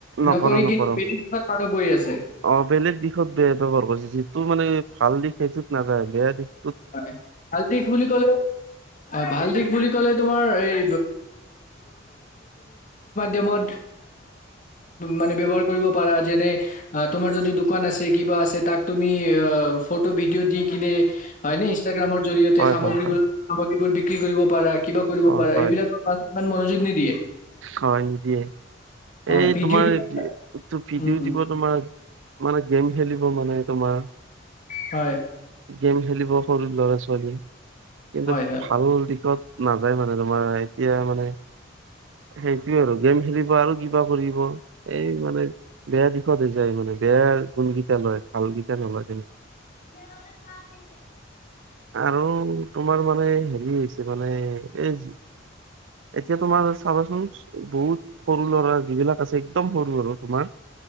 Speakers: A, on the right; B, on the left.
A: নকৰ
B: নকৰি
A: নকৰ
B: কিন্তু বেলেগ দিশত মানুহ গৈ আছে।
A: অ বেলেগ দিশত বেয়া ব্যৱহাৰ কৰিছে যিটো মানে ভাল দিশ সেইটোত নাযায় বেয়া দিশ
B: হয়, ভাল দিশ বুলি কলে হয়, ভাল দিশ বুলি ক'লে তোমাৰ এই ম ম যেনে তোমাৰ যদি দোকান আছে কিবা আছে তাক তুমি ফটো ভিডিঅ দি কিনে হয়নে ইনষ্টাগ্ৰামৰ জৰিয়তে
A: হয়
B: সামগ্ৰীবোৰ
A: হয় হয়
B: সামগ্ৰীবোৰ বিক্ৰী কৰিব পাৰা কিবা কৰিব
A: হয়
B: পাৰা
A: হয়
B: এইবিলাকৰ ইমান মনোযোগ নিদিয়ে
A: হয় নিদিয়ে।
B: হয়
A: এই
B: ভিডিঅ'
A: তোমাৰ
B: বিলাক
A: এইটো ভিডিঅ'
B: উম উম,
A: দিব তোমাৰ মানে গেম খেলিব মানে তোমাৰ
B: হয়
A: গেম খেলিব সৰু ল'ৰা ছোৱালী কিন্তু
B: হয় হয়
A: ভাল দিশত নাযায় মানে তোমাৰ এতিয়া মানে। সেইটোয়ে আৰু গেম খেলিব আৰু কিবা কৰিব এই মানে বেয়া দিশত হৈ যায় মানে। বেয়া গুণগীটা লয় ভাল গেইটা নলয় তেনে
B: <inaudible>
A: আৰু তোমাৰ মানে হেৰি হৈছে মানে এই এতিয়া তোমাৰ চাবাচোন বহুত সৰু ল'ৰা যিবিলাক আছে একদম সৰু সৰু তোমাৰ